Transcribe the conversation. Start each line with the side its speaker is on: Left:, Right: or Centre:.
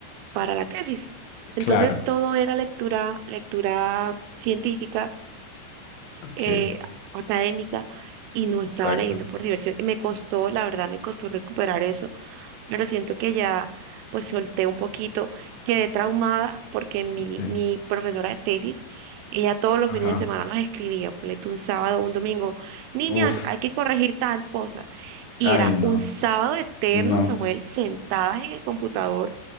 Right: para la tesis. Entonces,
Left: claro.
Right: todo era lectura, lectura científica,
Left: Ok,
Right: eh, académica, y no estaba
Left: exacto.
Right: leyendo por diversión. Y me costó, la verdad, me costó recuperar eso, pero siento que ya pues solté un poquito, quedé traumada porque mi,
Left: sí,
Right: mi profesora de tesis, ella todos los
Left: Ajá,
Right: fines de semana nos escribía, ponle tú un sábado, un domingo, niñas,
Left: uf.
Right: hay que corregir tal cosa. Y
Left: Ay,
Right: era
Left: no,
Right: un sábado eterno,
Left: no,
Right: Samuel, sentadas en el computador,